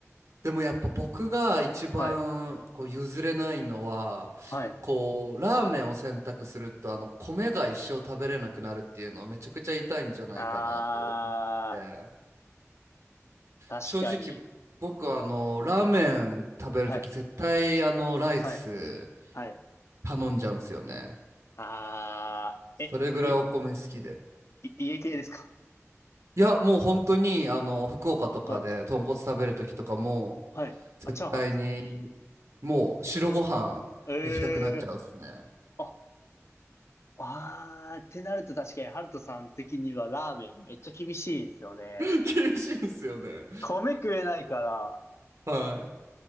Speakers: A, on the right; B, on the left.
A: でもやっぱ僕が一番こう譲れないのはこうラーメンを選択するとあの米が一生食べれなくなるっていうのはめちゃくちゃ痛いんじゃないかなと思って
B: はい、はい。あー、確かに。
A: 正直僕はあのラーメン食べるとき絶対あのライス
B: はい、はい、はい。
A: 頼んじゃうんですよね
B: あー、え、
A: それぐらいお米好きで
B: い、い、家系ですか
A: いやもう本当にあの福岡とかで豚骨食べるときとかも
B: はい、はい。
A: 絶対に
B: あ、チャーハンですか
A: もう白ご飯行きたくなっちゃうっすね
B: えー。あ、あー、ってなると確かに、ハルトさん的にはラーメンめっちゃ厳しいですよね。
A: <laughs> 厳しいんすよね。
B: 米食えないから。
A: は